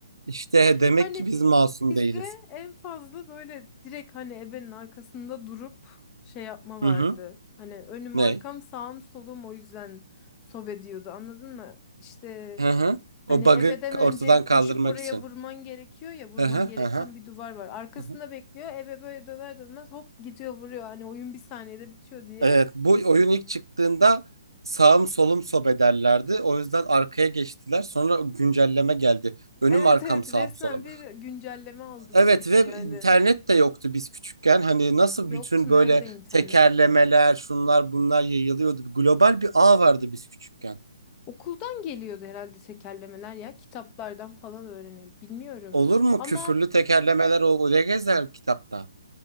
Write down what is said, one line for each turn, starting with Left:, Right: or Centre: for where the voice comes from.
Right: İşte
Left: <laughs>
Right: demek
Left: Hani
Right: ki biz masum
Left: Bizde
Right: değiliz.
Left: en fazla böyle direkt hani ebenin arkasında durup şey yapma vardı.
Right: Hı hı.
Left: Hani önüm
Right: Ne?
Left: arkam sağım solum o yüzden sob ediyordu anladın mı? İşte
Right: Hı hı. O
Left: hani
Right: bug'ı
Left: ebeden önce
Right: ortadan
Left: koşup
Right: kaldırmak
Left: oraya
Right: için.
Left: vurman gerekiyor ya vurman
Right: Hı hı
Left: gereken
Right: hı hı.
Left: bir duvar var. Arkasında
Right: hı hı.
Left: bekliyor ebe böyle döner dönmez hop gidiyor vuruyor hani oyun bir saniyede bitiyor diye.
Right: Evet, bu oyun ilk çıktığında sağım solum sob ederlerdi. O yüzden arkaya geçtiler. Sonra güncelleme geldi. Önüm
Left: Evet
Right: arkam
Left: evet
Right: sağım
Left: resmen
Right: solum.
Left: bir güncelleme aldı
Right: Evet
Left: bu oyun
Right: ve
Left: yani.
Right: internet de yoktu biz küçükken. Hani nasıl
Left: Yoktu
Right: bütün böyle
Left: nerede internet
Right: tekerlemeler,
Left: ya?
Right: şunlar bunlar yayılıyordu. Global bir ağ vardı biz küçükken.
Left: Okuldan geliyordu herhalde tekerlemeler ya. Kitaplardan falan öğreniyor. Bilmiyorum.
Right: Olur mu?
Left: Ama
Right: Küfürlü tekerlemeler o oraya gezer kitapta.